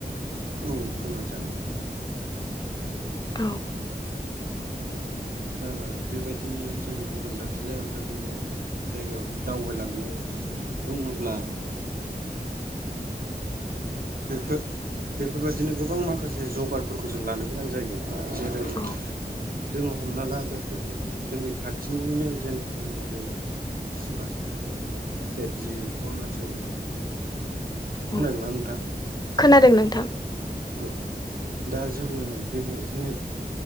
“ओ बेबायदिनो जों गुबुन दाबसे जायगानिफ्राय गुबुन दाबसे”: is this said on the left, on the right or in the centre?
Right